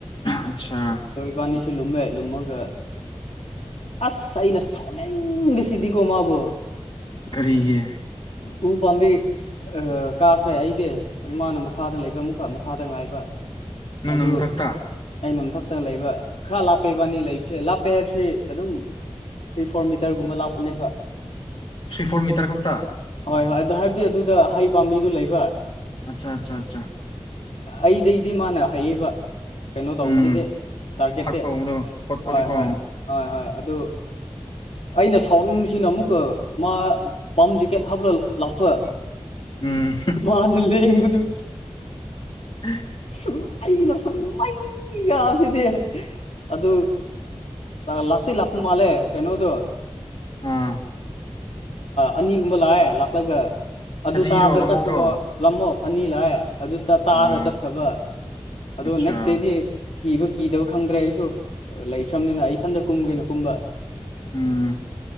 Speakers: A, on the left; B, on the left.
A: ꯑꯆꯥ
B: ꯑꯗꯣ ꯏꯕꯥꯅꯤꯁꯨ ꯂꯨꯝꯃꯦ ꯂꯨꯝꯃꯒ ꯑꯁ ꯑꯩꯅ ꯁꯥꯎꯅꯤꯡ ꯁꯤꯗꯤ ꯀꯃꯕ
A: ꯀꯔꯤꯒꯤ
B: ꯎ ꯄꯥꯝꯕꯤ ꯀꯥꯈ꯭ꯔꯦ ꯑꯩꯗꯤ ꯑꯗꯨ ꯃꯥꯅ ꯃꯈꯥꯗ ꯂꯩꯕ ꯑꯃꯨꯛꯀ ꯃꯈꯥꯗ ꯉꯥꯏꯕ
A: ꯅꯪꯅ
B: ꯑꯗꯨ
A: ꯃꯊꯛꯇ
B: ꯑꯩꯅ ꯃꯊꯛꯇ ꯂꯩꯕ ꯈꯔ ꯂꯥꯞꯄꯩꯕꯥꯅꯤ ꯂꯩꯕꯁꯦ ꯂꯥꯞ ꯄꯦ ꯍꯥꯏꯞꯁꯦ ꯑꯗꯨꯝ ꯊ꯭ꯔꯤ ꯐꯣꯔ ꯃꯤꯇꯔꯒꯨꯝꯕ ꯂꯥꯛꯄꯅꯦꯕ
A: ꯊ꯭ꯔꯤ ꯐꯣꯔ ꯃꯤꯇꯔ ꯈꯛꯇ
B: ꯍꯣꯏ ꯍꯣꯏ ꯑꯗꯣ ꯍꯥꯏꯕꯗꯤ ꯑꯗꯨꯗ ꯍꯩ ꯄꯥꯝꯕꯤꯗꯨ ꯂꯩꯕ
A: ꯑꯆꯥ ꯑꯆꯥ ꯑꯆꯥ
B: ꯑꯩꯗꯒꯤꯩꯗꯤ ꯃꯥꯅ ꯍꯥꯏꯩꯌꯦꯕ ꯀꯩꯅꯣ ꯇꯧꯕꯗꯨꯗꯤ
A: ꯎꯝ
B: ꯇꯥꯔꯒꯦꯠꯇꯤ
A: ꯍꯥꯠꯄꯒꯨꯝꯕꯗꯣ ꯈꯣꯠꯄꯗꯣꯀꯣ
B: ꯍꯣꯏ ꯍꯣꯏ ꯍꯣꯏ ꯍꯣꯏ ꯑꯗꯨ ꯑꯩꯅ ꯁꯥꯎꯅꯤꯡꯕꯁꯤꯅ ꯑꯃꯨꯛꯀ ꯃꯥ ꯄꯝ ꯖꯦꯀꯦꯠ ꯍꯥꯞꯂ ꯂꯥꯛꯄ
A: ꯎꯝ
B: ꯃꯥꯅ ꯂꯩ ꯌꯦꯗꯨ
A: ꯎ
B: ꯁꯨꯝ ꯑꯩꯅ ꯁꯨꯝ ꯃꯩꯒꯁꯤꯗ ꯑꯗꯨ ꯂꯥꯛꯇ ꯂꯥꯛꯄ ꯃꯥꯜꯂꯦ ꯀꯩꯅꯣꯗꯣ
A: ꯑꯥ
B: ꯑꯅꯤꯒꯨꯝꯕ ꯂꯥꯛꯑꯦ ꯂꯥꯛꯂꯒ ꯑꯗꯨ
A: ꯁꯖꯤꯔꯣ
B: ꯇꯥꯕꯗ
A: ꯂꯝꯍꯧꯔꯣ
B: ꯆꯠꯈꯕ ꯂꯝꯃꯣꯛ ꯑꯅꯤ ꯂꯥꯛꯑ ꯑꯗꯨ ꯇꯥꯔ
A: ꯑꯣ
B: ꯆꯠꯈ꯭ꯔꯕ ꯑꯗ
A: ꯑꯠꯆꯥ
B: ꯅꯦꯛꯁ ꯗꯦꯗꯤ ꯀꯤꯕ ꯀꯤꯗꯕ ꯈꯪꯗ꯭ꯔꯦ ꯑꯩꯁꯨ ꯂꯩꯈ꯭ꯔꯕꯅꯤꯅ ꯑꯩ ꯏꯊꯟꯇ ꯀꯨꯝꯒꯦꯅꯣ ꯀꯨꯝꯕ
A: ꯎꯝ